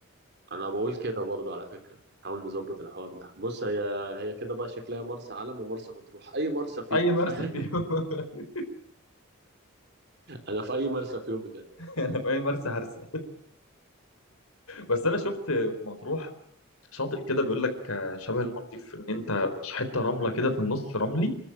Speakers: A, on the right; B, on the left.
A: أنا بقول كده برضه على فكرة حاول نظبط الحوار ده بص هي هي كده بقى شكلها مرسى علم يا مرسى مطروح أي مرسى فيهم
B: اي مرسى
A: <laughs>
B: فيهم <laughs>
A: أنا في أي مرسى فيهم بجد
B: انا في اي مرسى هرسى بس انا شفت في مطروح شاطئ كده بيقول لك آه، شبه المالديف ان انت حته رمله كده في النص رملي